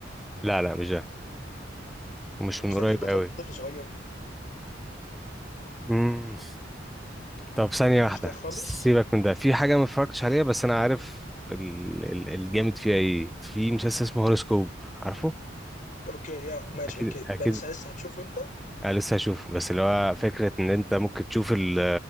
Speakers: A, in the centre; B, on the left (about 45°).
A: لا لا مش ده ومش
B: مش
A: من قريب
B: ده اللي فيه بطل
A: قوي
B: طفل صغير
A: مم. طب ثانية
B: مش
A: واحدة
B: ده خالص
A: سيبك من ده في حاجة ما اتفرجتش عليها بس أنا عارف ال... ال... الجامد فيها إيه في مسلسل اسمه هوروسكوب عارفه؟
B: اوكي يا ماشي
A: أكيد
B: اوكي
A: أكيد
B: ده لسه لسه هتشوفه انت
A: أنا لسه هشوفه بس اللي هو فكرة إن أنت ممكن تشوف ال...